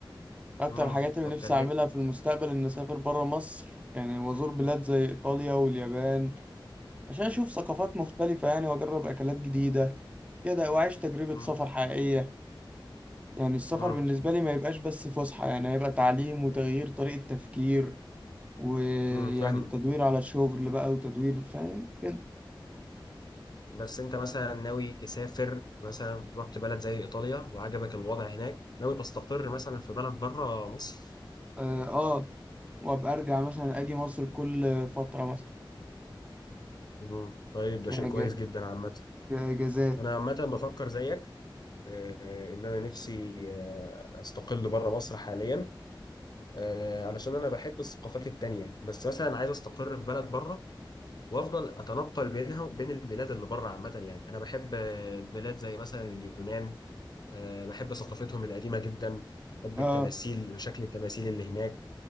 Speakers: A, on the right (about 15°); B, on the left (about 55°).
A: اكتر
B: امم
A: الحاجات اللي
B: طب
A: نفسي
B: كلمني
A: اعملها في المستقبل ان اسافر بره مصر يعني وازور بلاد زي ايطاليا واليابان عشان اشوف ثقافات مختلفة يعني واجرب اكلات جديدة كده واعيش تجربة
B: امم
A: سفر حقيقية يعني السفر
B: امم
A: بالنسبة لي ما يبقاش بس فسحة يعني هيبقى تعليم وتغيير طريقة تفكير ويعني
B: امم فاهمك
A: التدوير على الشغل بقى وتدوير فاهم كده
B: بس انت مثلا ناوي تسافر مثلا رحت بلد زي ايطاليا وعجبك الوضع هناك ناوي تستقر مثلا في بلد بره مصر
A: اه آه. وابقى ارجع مثلا اجي مصر كل فتره مثلا
B: مم. طيب ده
A: كأج-
B: شيء كويس جدا عامة
A: كاجازات
B: أنا عامة بفكر زيك آه، إن أنا نفسي آه، أستقل بره مصر حاليا آه، علشان أنا بحب الثقافات التانية بس مثلا عايز أستقر في بلد بره وافضل اتنقل بينها وبين البلاد اللي بره عامه يعني انا بحب آه، بلاد زي مثلا اليونان آه، بحب ثقافتهم القديمه جدا بحب
A: اه
B: التماثيل شكل التماثيل اللي هناك